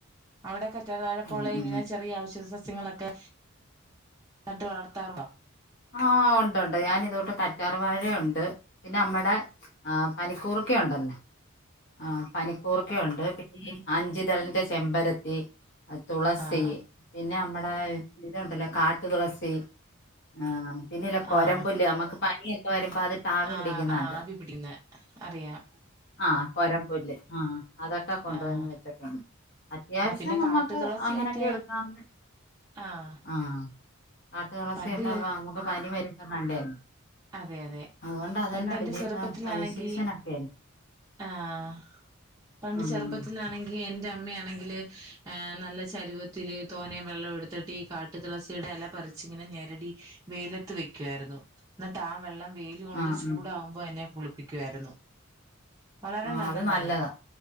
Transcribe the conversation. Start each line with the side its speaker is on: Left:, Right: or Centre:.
Right: അവിടെ കാറ്റർവാഴപോള
Left: ഉം
Right: ഇങ്ങനെ
Left: ഉം
Right: ചെറിയ ഔ ഷധ സസ്യങ്ങളൊക്കെ നനട്ട് വളർത്താറുണ്ടോ?
Left: ആഹ് ഒണ്ട് ഒണ്ട് ഞാൻ ഇതോട്ട് കറ്റാർവാഴയുണ്ട് പിന്നെ അമ്മടെ ആഹ് പനിക്കൂർക്ക ഉണ്ടല്ലോ ആഹ് പനിക്കൂർക്ക ഉണ്ട് പിന്നെ അഞ്ചിതളിന്റെ ചെമ്പരത്തി തുളസി
Right: ആഹ്
Left: പിന്നെ അമ്മടെ ഇതുണ്ടല്ലോ കാട്ടു തുളസി? ആഹ് പിന്നില്ലേ കൊരമ്പുല്ല്
Right: ആഹ്
Left: നമ്മക്ക് പനിയൊക്കെ വരുമ്പോ അത് ആവി
Right: ആഹ് ആഹ്
Left: പിടിക്കുന്ന നല്ലാ
Right: ആവി പിടിക്കുന്നെ അറിയാം
Left: ആഹ് കൊരംമ്പുല്ല് ആഹ് അതൊക്കെ കൊണ്ടന്ന്
Right: ആഹ്
Left: വെച്ചിട്ടുണ്ട് അത്യാവശ്യം
Right: ആ പിന്നെ
Left: നമ്മക്ക്
Right: കാട്ടു തുളസിയൊക്കെ
Left: അങ്ങനൊക്കെ എടുക്കാന്
Right: ആഹ്
Left: ആഹ് കാട്ട് തുളസിയൊക്കെ
Right: പണ്ട്
Left: നമ്മക്ക് പനി വരുമ്പോ നല്ലേയല്ലേ
Right: അതെ അതെ
Left: അതുകൊണ്ട് അതെല്ലാം
Right: പണ്ട് എന്റെ
Left: <unintelligible>
Right: ചെറുപ്പത്തിലാണെങ്കി ആഹ് പണ്ട്
Left: ഉം
Right: ചെറുപ്പത്തിലാണെ
Left: ഉം.
Right: ങ്കി എന്റെ അമ്മയാണെങ്കില് നല്ല ചെരുവത്തില് തോനെ വെള്ളം എടുത്തിട്ടീ കാ ട്ട് തുളസിയുടെ എല പറിച്ചിങ്ങനെ ഞെരടി വേയിലത്ത് വെക്കുവായിരുന്നു. ന്നിട്ട് ആ വെള്ളം വെയിലുകൊണ്ട്
Left: ആ
Right: ചൂടാകുമ്പോ
Left: ഉം
Right: എന്നെ കുളിപ്പിക്കു വായിരുന്നു വളരെ
Left: ആ
Right: നല്ല
Left: അത് നല്ലതാ
Right: താണ്